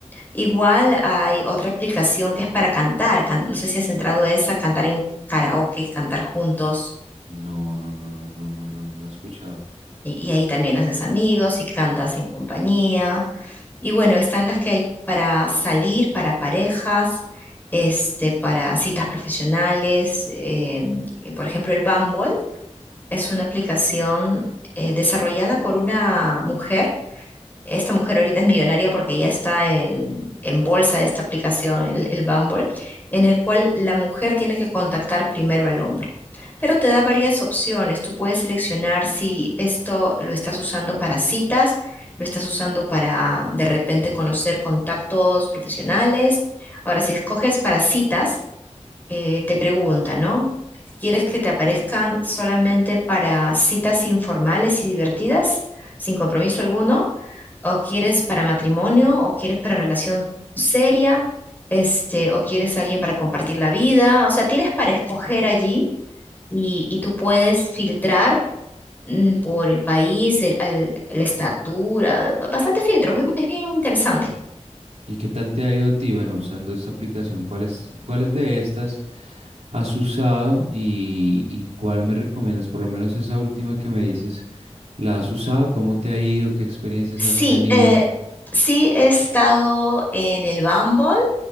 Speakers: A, on the left; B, on the right.
A: Igual hay otra aplicación que es para cantar. can- no sé si has entrado a esa, cantar en karaoke, cantar juntos.
B: No, no, no, no, no, no, no, no la he escuchado.
A: Y, y ahí también haces amigos y cantas en compañía. Y bueno, están las que hay para salir, para parejas, este, para citas profesionales. eh, por ejemplo, el Bumble es una aplicación eh, desarrollada por una mujer esta mujer ahorita es millonaria porque ya está en, en bolsa esta aplicación, el, el Bumble, en el cual la mujer tiene que contactar primero al hombre. Pero te da varias opciones. Tú puedes seleccionar si esto lo estás usando para citas, lo estás usando para de repente conocer contactos profesionales. Ahora, si escoges para citas, eh, te pregunta, ¿no? ¿Quieres que te aparezcan solamente para citas informales y divertidas, sin compromiso alguno? o quieres para matrimonio, o quieres para relación seria, este, o quieres alguien para compartir la vida. O sea, tienes para escoger allí y, y tú puedes filtrar mm, por el país, el- al- la estatura, bastante filtros, es, es bien interesante.
B: ¿Y qué tal te ha ido a ti? Bueno, usando esta aplicación, ¿cuáles, cuáles de estas has usado y, y cuál me recomiendas? Por lo menos esa última que me dices, ¿la has usado? ¿Cómo te ha ido? ¿Qué experiencias
A: Sí,
B: has tenido?
A: eh, sí he estado en el Bumble.